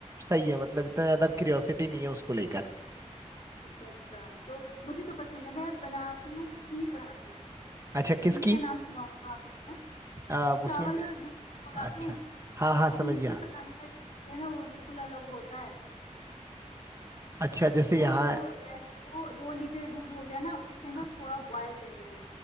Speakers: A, on the right; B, on the left.
A: सही है मतलब इतना ज्यादा क्यूरियोसिटी नहीं है उसको लेकर
B: अच्छा अच्छा तो मुझे तो पसंद है मैं बनाती हूँ खीर बनाती हूँ
A: अच्छा किसकी
B: खीर का नाम सुना होगा आपने है ना
A: आ, उसमें
B: चावल और दूध पकाते
A: अच्छा
B: हैं
A: हाँ हाँ
B: लेकिन
A: समझ
B: इसके
A: गया
B: पकाने का ट्रिक जो है ना वो बिल्कुल अलग होता है
A: अच्छा जैसे
B: दूध
A: यहाँ
B: को जैसे दो दो लीटर दूध हो गया ना उसे
A: हाँ,
B: ना थोड़ा बॉयल करेंगे